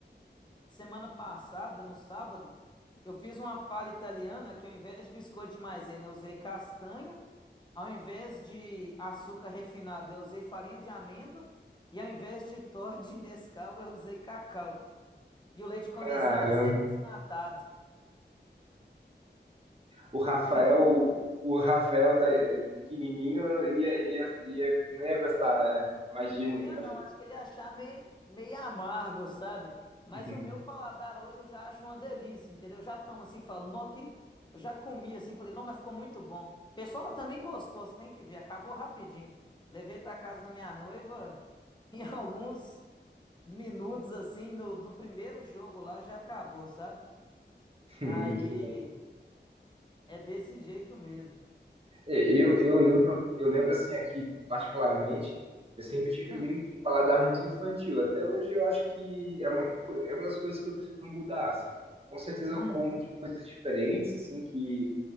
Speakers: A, on the left; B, on the right.
A: Semana passada, no sábado, eu fiz uma palha italiana que ao invés de biscoito de maisena, eu usei castanha. Ao invés de açúcar refinado, eu usei farinha de amêndoa. E ao invés de Toddy <laughs> e Nescau, eu usei cacau. E o leite condensado
B: Caramba.
A: era semi-desnatado.
B: O Rafael,
A: Ele
B: o Rafael da, eh, pequenininho não ia, ia, ia, não ia gostar, né? Imagino,
A: Não ia,
B: imagino.
A: não. Acho que ele ia achar meio, meio amargo, sabe? Mas
B: Uhum.
A: o meu paladar hoje eu já acho uma delícia, entendeu? Eu já tomo assim, falo, não, que eu já comi assim, falei, não, mas ficou muito bom. O pessoal lá também gostou, você tem que ver, acabou rapidinho. Levei pra casa da minha noiva <laughs> em alguns minutos assim, no, do primeiro jogo lá já acabou, sabe?
B: Hum,
A: Aí
B: Muito
A: é desse jeito mesmo.
B: É, Eu,
A: Desse...
B: eu lembro, eu lembro assim aqui particularmente, eu sempre tive
A: Hum,
B: muito um paladar muito infantil. Até hoje eu acho que é uma co- é uma das coisas que eu preciso mudar, assim. Com certeza eu
A: hum,
B: como de coisas diferentes, assim, que